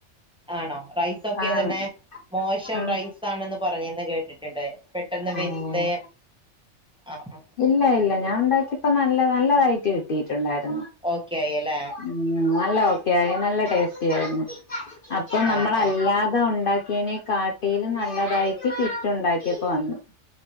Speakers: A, in the centre; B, on the left.
A: ആണോ? റൈസൊക്കെതന്നെ
B: ആണ്
A: മോശം
B: ആഹ്
A: റൈസാണെന്ന് പറഞ് കേട്ടിട്ടുണ്ട് പെട്ടെന്ന്
B: ഓ
A: വെന്ത് ആഹ്
B: ഇല്ല ഇല്ല ഞാൻണ്ടാക്കിപ്പ നല്ല നല്ലതായിട്ട് കിട്ടിയിട്ടുണ്ടായിരുന്നു.
A: ഓക്കെ ആയല്ലേ?
B: ഉം നല്ല ഓക്കെ ആയി. നല്ല ടേസ്റ്റി ആയിരുന്നു. പ്പൊ നമ്മളല്ലാതെ
A: ആഹ് ആഹ്
B: ഉണ്ടാക്കിയേനെ കാട്ടിലും നല്ലതായിട്ട് കിറ്റുണ്ടാക്കിയപ്പോ വന്നു.